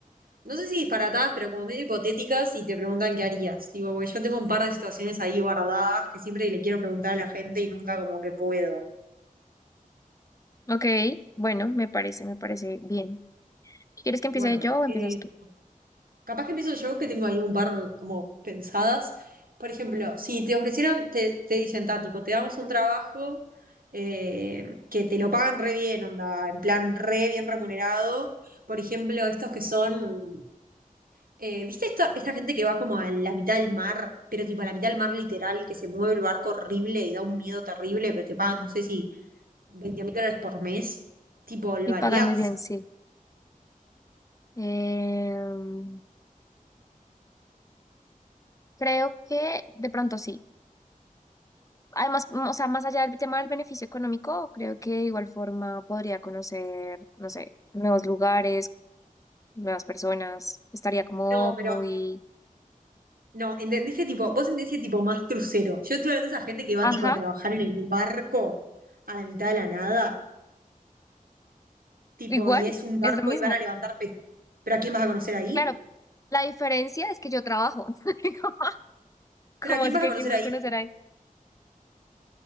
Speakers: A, on the right (about 80°); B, on the left (about 20°).
A: no sé si disparatadas, pero como medio hipotéticas y te preguntan qué harías. Tipo, porque yo tengo un par de situaciones ahí guardadas que siempre le quiero preguntar a la gente y nunca como que puedo.
B: Ok, bueno, me parece, me parece bien. ¿Quieres que empiece
A: Bueno,
B: yo o empiezas
A: eh,
B: tú?
A: Capaz que empiezo yo, que tengo ahí un par como pensadas. Por ejemplo, si te ofrecieran, te, te dicen, ta, tipo, te damos un trabajo eh, que te lo pagan re bien, onda, en plan re bien remunerado. Por ejemplo, estos que son, eh, ¿viste esta, esta gente que va como a la mitad del mar, pero tipo a la mitad del mar literal, que se mueve el barco horrible y da un miedo terrible, pero te pagan, no sé si 20 mil dólares por mes? Tipo, lo
B: Y
A: harías.
B: pagas muy bien, sí. Em, creo que de pronto sí. Además, m- o sea, más allá del tema del beneficio económico, creo que de igual forma podría conocer, no sé, nuevos lugares, nuevas personas. Estaría como
A: No, pero
B: muy,
A: No, entendiste tipo, vos entendiste tipo más crucero. Yo estoy hablando de esa gente que va
B: ajá,
A: tipo a trabajar en el barco a la mitad de la nada, tipo,
B: igual,
A: y es un barco
B: es lo mismo.
A: y van a levantar pe- ¿Pero a quién vas a conocer ahí?
B: Claro, la diferencia es que yo trabajo. <laughs> como cómo
A: ¿Pero a quién
B: así
A: vas
B: que
A: a conocer
B: quién va
A: ahí?
B: a conocer ahí?